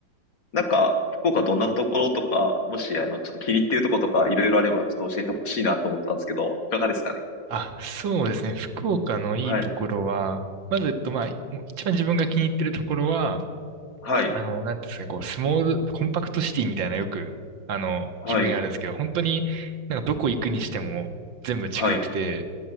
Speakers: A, on the left; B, on the right.
A: なんか、福岡どんなところとか、もし、あの、ちょっと気に入ってるところとか、いろいろあれば、ちょっと教えてほしいなと思ったんですけど、いかがですかね。
B: あ、そうですね。福岡のいいところは、
A: はい、
B: まず、えっと、まあ、もう一番自分が気に入ってるところは、
A: はい、
B: あの、なんていうんですかね、こう、スモール、コンパクトシティみたいなよく、あの、
A: はい、
B: 表現あるんですけど、本当になんかどこ行くにしても全部近くて、
A: はい、